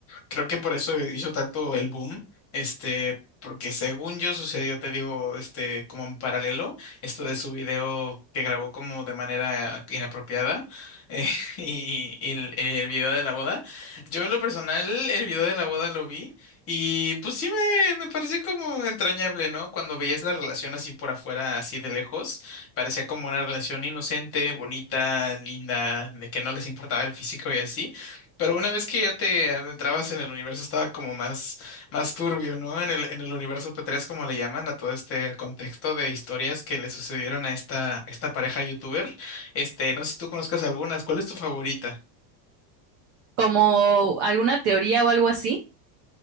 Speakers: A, on the left; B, on the right.
A: Creo que por eso hizo tanto el boom, este, porque según yo sucedió, te digo, este, como en paralelo, esto de su video que grabó como de manera inapropiada eh, <laughs> y, y el, el video de la boda. Yo en lo personal, el video de la boda lo vi y pues sí me, me pareció como entrañable, ¿no? Cuando veías la relación así por afuera, así de lejos, parecía como una relación inocente, bonita, linda, de que no les importaba el físico y así. Pero una vez que ya te adentrabas en el universo estaba como más, más turbio, ¿no? En el, en el universo P3, como le llaman, a todo este contexto de historias que le sucedieron a esta, esta pareja youtuber. Este, no sé si tú conozcas algunas, ¿cuál es tu favorita?
B: como alguna teoría o algo así.